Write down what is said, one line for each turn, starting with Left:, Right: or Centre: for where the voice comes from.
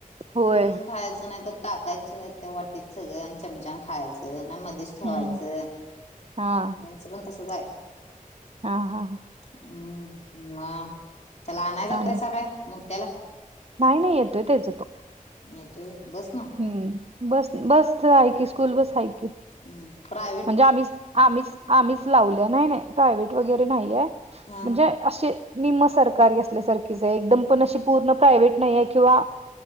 Right: होय
Left: बुडून खायचं नाही तर टाकायचं ते वाटीत सगळं आणि चमचाान खायचं नाही मध्येच ठेवायचं
Right: हम्म हा
Left: त्यांचं पण तसं जाय
Right: हा हा हा
Left: हम्म म चला आणय जातय
Right: आणि
Left: सकाळी मुठठ्याला
Right: नाही नाही येतोय तेच येतो
Left: येत बस ना
Right: हम्म बस बस ऐ क स्कूल बस ऐ क
Left: हम् प्रय
Right: म्हणजे आम्हीच आम्हीच आम्हीच लावल्या नाही नाही प्रायव्हेट वगैरे नाहीये
Left: हा
Right: म्हणजे अे निम्म सरकारी असल्यासारखीच आहे एकदम पण अशी पूर्ण प्रायव्हेट नाही आहेे किंवा